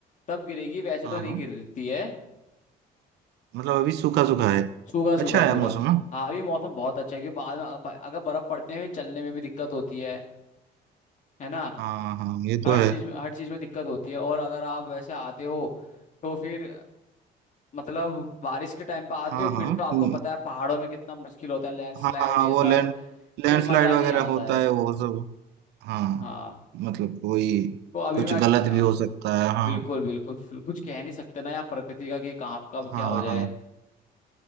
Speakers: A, on the left (about 45°); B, on the right (about 80°).
A: तब गिरेगी वैसे
B: हाँ
A: तो नहीं
B: हाँ
A: गिरती है
B: मतलब अभी सूखा सूखा है
A: सूखा सूखा
B: अच्छा है
A: पूरा
B: मौसम ना
A: हाँ अभी मौसम बहुत अच्छा है क्योंकि बाद में अब- अगर बर्फ पड़ते हैं फिर चलने में भी दिक्कत होती है है ना
B: हाँ हाँ ये तो
A: हर चीज
B: है
A: में हर चीज में दिक्कत होती है और अगर आप वैसे आते हो तो फिर मतलब बारिश के टाइम पे आते
B: हाँ
A: हो फिर
B: हाँ
A: तो आपको
B: हम्म,
A: पता है पहाड़ों में कितना मुश्किल होता है लैंडस्लाइड
B: हाँ हाँ
A: ये
B: वो
A: सब
B: लैंड लैंडस्लाइड
A: फिर मजा
B: वगैरह
A: नहीं आता
B: होता
A: है
B: है वो सब हाँ
A: हाँ
B: मतलब कोई
A: तो अभी
B: कुछ
A: मैं अच्छा
B: गलत भी हो सकता है हाँ
A: बिल्कुल बिल्कुल फिर कुछ कह नहीं सकते ना यार प्रकृति का कि कहाँ कब
B: हाँ
A: क्या हो जाए
B: हाँ